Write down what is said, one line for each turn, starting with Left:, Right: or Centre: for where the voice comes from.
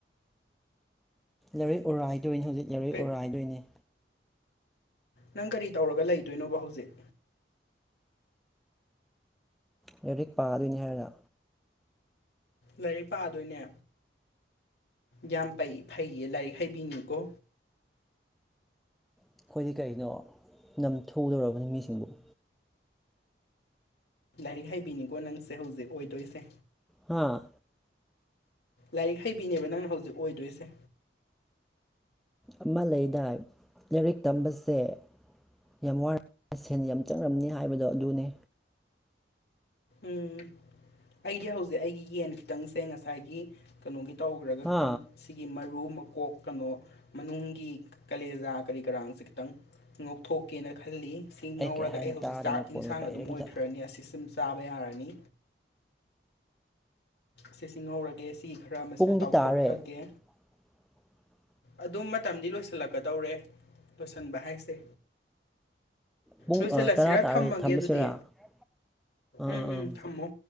Centre: ꯂꯧꯔꯣꯏ ꯎꯔꯥꯏꯗꯣꯏꯅꯤ ꯍꯧꯖꯤꯛ ꯂꯧꯔꯣꯏ
Left: ꯀꯩ
Centre: ꯎꯔꯥꯏꯗꯣꯏꯅꯤ
Left: ꯅꯪ ꯀꯔꯤ ꯇꯧꯔꯒ ꯂꯩꯗꯣꯏꯅꯣꯕ ꯍꯧꯖꯤꯛ
Centre: ꯂꯥꯏꯔꯤꯛ ꯄꯥꯗꯣꯏꯅꯤ ꯍꯥꯏꯔꯒ
Left: ꯂꯥꯏꯔꯤꯛ ꯄꯥꯗꯣꯏꯅꯦ ꯌꯥꯝꯩ ꯐꯩꯌꯦ ꯂꯥꯏꯔꯤꯛ ꯍꯩꯕꯤꯅꯤꯨꯀꯣ
Centre: ꯑꯩꯈꯣꯏꯗꯤ ꯀꯩꯅꯣ ꯅꯝ ꯊꯣꯛꯨꯗꯨꯔꯕꯅꯤ ꯃꯤꯁꯤꯡꯕꯨ
Left: ꯂꯥꯏꯔꯤꯛ ꯍꯩꯕꯤꯅꯤꯀꯣ ꯅꯪꯁꯦ ꯍꯧꯖꯤꯛ ꯑꯣꯏꯗꯣꯏꯁꯦ
Centre: ꯍꯥꯥ
Left: ꯂꯥꯏꯔꯤꯛ ꯍꯩꯕꯤꯅꯦꯕ ꯅꯪꯅ ꯍꯧꯖꯤꯛ ꯑꯣꯏꯗꯣꯏꯁꯦ
Centre: ꯑꯃ ꯂꯩꯗꯥꯏ ꯂꯥꯏꯔꯤꯛ ꯇꯝꯕꯁꯦ ꯌꯥꯝ ꯋꯥꯔꯝ ꯁꯦꯟ ꯌꯥꯝ ꯆꯪꯂꯝꯝꯅꯤ ꯍꯥꯏꯕꯗꯣ ꯑꯗꯨꯅꯤ
Left: ꯎꯝ ꯑꯩꯗꯤ ꯍꯧꯖꯤꯛ ꯑꯩꯒꯤ ꯌꯦꯟ ꯈꯤꯇꯪꯁꯦ ꯉꯁꯥꯏꯒꯤ ꯀꯩꯅꯣꯒꯤ ꯇꯧꯈ꯭ꯔꯒ
Centre: ꯍꯥ
Left: ꯈꯈꯤꯇꯪ ꯁꯤꯒꯤ ꯃꯔꯨ ꯀꯕ ꯀꯣꯛ ꯀꯩꯅꯣ ꯃꯅꯨꯡꯒꯤ ꯀꯂꯦꯖꯥ ꯀꯔꯤ ꯀꯔꯥꯡꯁꯦ ꯈꯤꯇꯪ ꯉꯧꯊꯣꯛꯀꯦꯅ ꯈꯜꯂꯤ ꯑꯁꯤ ꯉꯧꯔꯒ
Centre: ꯀꯩ ꯍꯥꯏꯅꯣ
Left: ꯑꯩ ꯍꯧꯖꯤꯛ
Centre: ꯇꯥꯗꯦ
Left: ꯆꯥꯛ
Centre: ꯅꯈꯣꯟꯒ
Left: ꯏꯟꯁꯥꯡ
Centre: ꯀꯩꯝꯇ
Left: ꯑꯗꯨꯝ ꯑꯣꯏꯈ꯭ꯔꯅꯤ ꯑꯁꯤꯁꯤꯝ ꯆꯥꯕ ꯌꯥꯔꯅꯤ ꯁꯤꯁꯤꯡꯍꯧꯔꯒꯦ ꯁꯤ ꯈꯔ ꯑꯃꯁꯤꯅ
Centre: ꯄꯨꯡꯗꯤ
Left: ꯇꯥꯎꯊꯣꯛꯈ꯭ꯔꯒꯦ
Centre: ꯇꯥꯔꯦ <inaudible>
Left: ꯑꯗꯨꯝ ꯃꯇꯝꯗꯤ ꯂꯣꯏꯁꯤꯜꯂꯛꯀꯗꯧꯔꯦ ꯂꯣꯏꯁꯤꯟꯕ ꯍꯥꯏꯁꯦ
Centre: ꯄꯨꯡ
Left: ꯂꯣꯏꯁꯤꯜꯂꯁꯤꯔ
Centre: ꯇꯔꯥ ꯇꯥꯔꯦ
Left: ꯊꯝꯃꯒꯦ
Centre: ꯊꯝꯃꯁꯤꯔꯥ
Left: ꯑꯗꯨꯗꯤ
Centre: ꯑꯥ
Left: ꯎꯝ
Centre: ꯑꯥ ꯑꯥ
Left: ꯎꯝ ꯊꯝꯃꯣ